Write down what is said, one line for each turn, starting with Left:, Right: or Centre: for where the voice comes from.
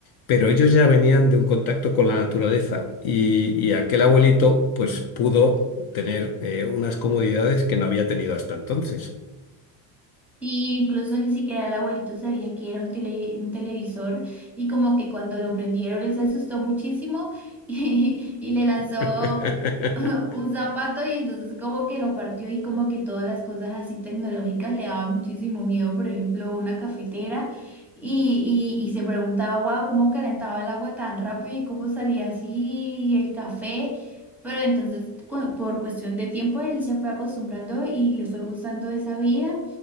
Left: pero ellos ya venían de un contacto con la naturaleza y, y aquel abuelito pues pudo tener eh, unas comodidades que no había tenido hasta entonces.
Centre: Y incluso ni siquiera el abuelito sabía que era un, tele- un televisor y como que cuando lo prendieron él se asustó muchísimo <laughs> y, y le lanzó
Left: <laughs>
Centre: <laughs> un zapato y entonces como que lo partió y como que todas las cosas así tecnológicas le daban muchísimo miedo, por ejemplo, una cafetera y, y, y se preguntaba, wow, ¿cómo calentaba el agua tan rápido y cómo salía así el café? Pero entonces cu- por cuestión de tiempo él se fue acostumbrando y le fue gustando esa vida.